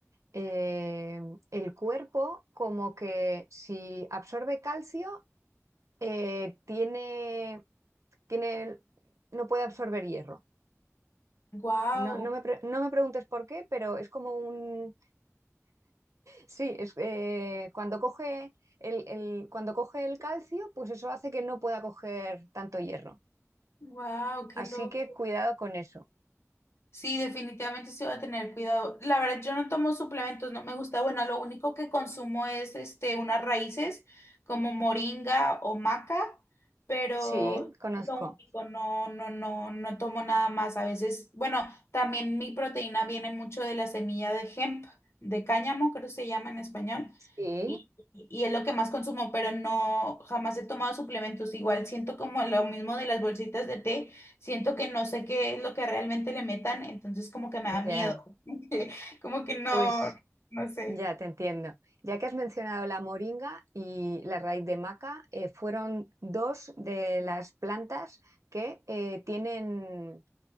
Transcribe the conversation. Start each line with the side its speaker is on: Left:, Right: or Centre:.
Right: eh, el cuerpo como que si absorbe calcio, eh, tiene, tiene, no puede absorber hierro.
Left: Wow,
Right: No, no me, pre- no me preguntes por qué, pero es como un... Sí, es, eh, cuando coge el, el- cuando coge el calcio, pues eso hace que no pueda coger tanto hierro.
Left: wow, qué
Right: Así
Left: loco.
Right: que cuidado con eso.
Left: Sí, definitivamente se va a tener cuidado. La verdad, yo no tomo suplementos, no me gusta. Bueno, lo único que consumo es este, unas raíces como moringa o maca, pero
Right: Sí, conozco.
Left: es lo único, no, no, no, no tomo nada más. A veces, bueno, también mi proteína viene mucho de la semilla de hemp, de cáñamo, creo que se llama en español,
Right: Sí,
Left: y, y es lo que más consumo, pero no, jamás he tomado suplementos. Igual siento como lo mismo de las bolsitas de té. Siento que no sé qué es lo que realmente le metan, entonces como que me da miedo,
Right: ya.
Left: <laughs> como que no,
Right: Pues
Left: no sé,
Right: ya te entiendo. Ya que has mencionado la moringa y la raíz de maca, eh, fueron dos de las plantas que eh, tienen,